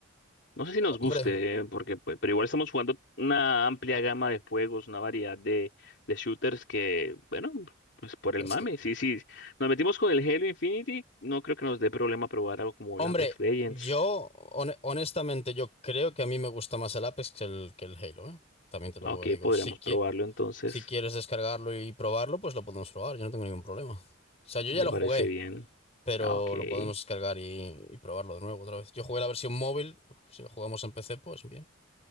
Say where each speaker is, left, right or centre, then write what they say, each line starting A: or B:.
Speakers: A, on the left; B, on the left.
A: No sé si nos guste,
B: Hombre,
A: eh, porque pues, pero igual estamos jugando una amplia gama de juegos, una variedad de, de shooters que, bueno, pues por el
B: es
A: mame,
B: que,
A: sí, sí. Nos metimos con el Halo Infinity, no creo que nos dé problema probar algo como
B: hombre,
A: el Apex Legends.
B: yo hone- honestamente yo creo que a mí me gusta más el Apex que el, que el Halo, ¿eh? También te lo
A: Ah, ok,
B: digo.
A: podríamos
B: Si qui-
A: probarlo entonces.
B: si quieres descargarlo y probarlo, pues lo podemos probar. Yo no tengo ningún problema. O sea, yo ya
A: Me
B: lo
A: parece
B: jugué.
A: bien.
B: pero
A: Ah, ok. ¿Y
B: lo podemos descargar y, y probarlo de nuevo otra vez. Yo jugué la versión móvil, si lo jugamos en PC, pues bien.